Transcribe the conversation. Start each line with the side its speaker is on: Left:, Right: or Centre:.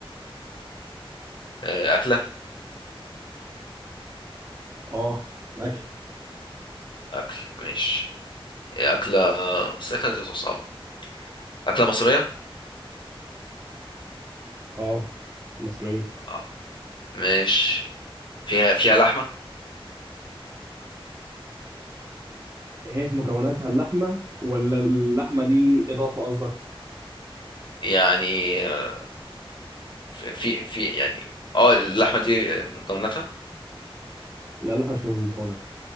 Left: آه، أكلة
Right: اه اكل
Left: أكل ماشي إيه أكلة آه، بس الأكلة دي بتبقى صعبة أكلة مصرية
Right: اه مصرية
Left: آه، ماشي فيها فيها لحمة
Right: هي في مكوناتها اللحمة ولا اللحمة دي إضافة قصدك؟
Left: يعني آه، في في في- يعني اه اللحمة دي من مكوناتها
Right: لا اللحمة مش في المكونات